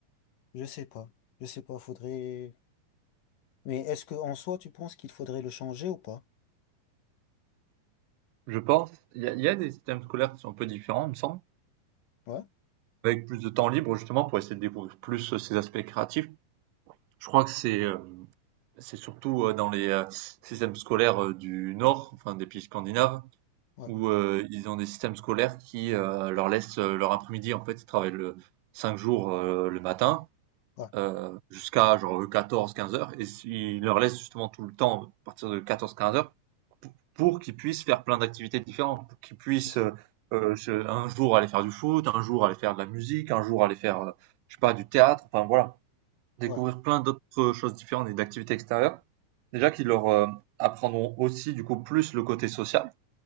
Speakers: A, on the left; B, on the right.
A: je sais pas. Je sais pas, faudrait. Mais est-ce que en soi, tu penses qu'il faudrait le changer ou pas?
B: Je pense, il y a, il y a des systèmes scolaires qui sont un peu différents, il me semble,
A: Ouais,
B: avec plus de temps libre justement pour essayer de découvrir plus euh, ces aspects créatifs. Je crois que c'est euh, c'est surtout euh, dans les euh, systèmes scolaires euh, du Nord, enfin des pays scandinaves,
A: ouais,
B: où euh, ils ont des systèmes scolaires qui euh, leur laissent euh, leur après-midi. En fait, ils travaillent le, cinq jours euh, le matin
A: ouais,
B: euh, jusqu'à genre 14-15 heures et si, il leur laisse justement tout le temps à partir de 14-15 heures pour, qu'ils puissent faire plein d'activités différentes, pour qu'ils puissent
A: c'est ça.
B: euh, euh, un jour aller faire du foot, un jour aller faire de la musique, un jour aller faire euh, je sais pas du théâtre, enfin voilà, découvrir
A: Ouais,
B: plein d'autres choses différentes et d'activités extérieures. Déjà qu'ils leur euh, apprendront aussi du coup plus le côté social,